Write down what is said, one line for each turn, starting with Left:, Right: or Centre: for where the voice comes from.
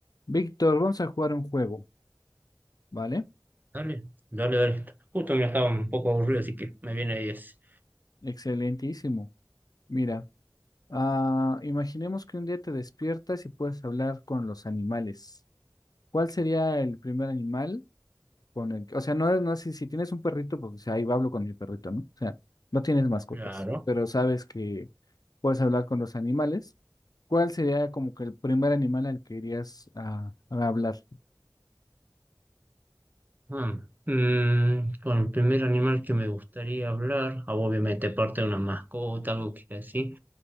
Left: Víctor, vamos a jugar un juego, ¿vale?
Right: Dale, dale, dale. Justo me estaba un poco aburrido, así que me viene diez
Left: Excelentísimo. Mira, ah, imaginemos que un día te despiertas y puedes hablar con los animales. ¿Cuál sería el primer animal con el que, o sea, no, no sé si tienes un perrito, pues o sea, ahí hablo con mi perrito, ¿no? O sea, no tienes mascotas,
Right: Claro.
Left: pero sabes que puedes hablar con los animales. ¿Cuál sería como que el primer animal al que irías a, a hablar?
Right: Ah, mm, con el primer animal que me gustaría hablar, ah, obviamente parte de una mascota, algo que así,